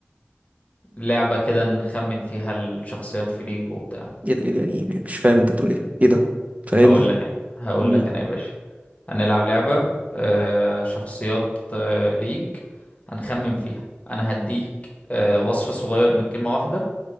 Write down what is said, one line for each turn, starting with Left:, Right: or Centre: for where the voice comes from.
Left: لعبة كده نخمن فيها الشخصيات في ليج وبتاع
Right: ايه ده ايه ده يعني مش فاهم انت بتقول ايه ايه ده فاهمني
Left: هقول لك انا هقول
Right: امم
Left: لك انا يا باشا هنلعب لعبة آه شخصيات آه ليج هنخمن فيها انا هديك آه وصف صغير من كلمة واحدة